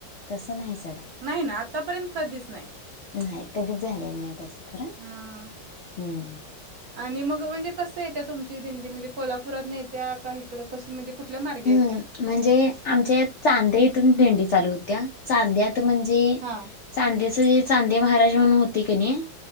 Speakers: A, on the left (about 60°); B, on the right (about 55°).
A: तसं नाही सोडा.
B: नाही ना आतापर्यंत कधीच नाही
A: नाही कधीच झालेलं नाही तसं खरं
B: हा
A: हूं...
B: आणि मग म्हणजे कसं येत्या तुमची दिंडी म्हणजे कोल्हापुरातनं येत्या का इकडं कशी म्हणजे कुठल्या मार्गे
A: हम्म
B: येत्या?
A: म्हणजे आमच्या चांद्या इथून दिंडी चालू होत्या चांद्यात म्हणजे
B: हा
A: चांदेचं जे चांदे महाराज म्हणून होते क नई